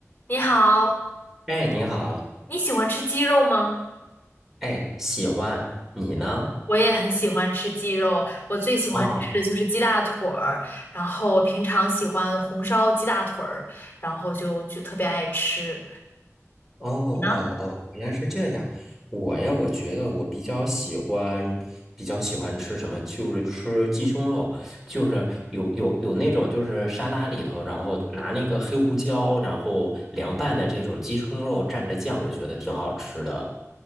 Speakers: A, on the left; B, in the centre.
A: 你好，
B: 哎，你好，
A: 你喜欢吃鸡肉吗？
B: 哎，喜欢你呢？
A: 我也很喜欢吃鸡肉，我最喜欢吃的就是鸡大腿儿，
B: 啊，哦
A: 然后我平常喜欢红烧鸡大腿儿，然后就就特别爱吃。
B: 哦哦，
A: 你呢？
B: 原来是这样。我呀，我觉得我比较喜欢，比较喜欢吃什么，就是吃鸡胸肉，就是有有有那种就是沙拉里头，然后拿那个黑胡椒，然后凉拌的这种鸡胸肉蘸着酱，我觉得挺好吃的。